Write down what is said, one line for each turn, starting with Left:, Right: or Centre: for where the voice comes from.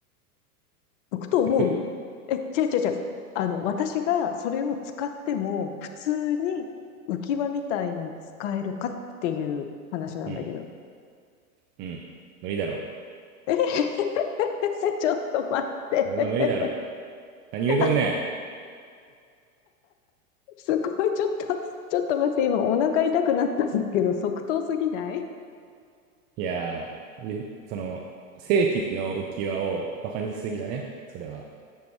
Left: 浮くと思うえ、
Right: 行く、
Left: 違う違う違う。あの、私がそれを使っても、普通に浮き輪みたいに使えるかっていう話なんだけど。
Right: うん、うん、無理だろう。
Left: <laughs> ちょっと待って。
Right: それは無理だろう。何言うとんね
Left: <laughs> あすごい、ちょっと、ちょっと待って、今お腹痛くなったんだけど、即答すぎない
Right: ん。いやー、ゆその、正規の浮き輪をバカにしすぎだね、それは。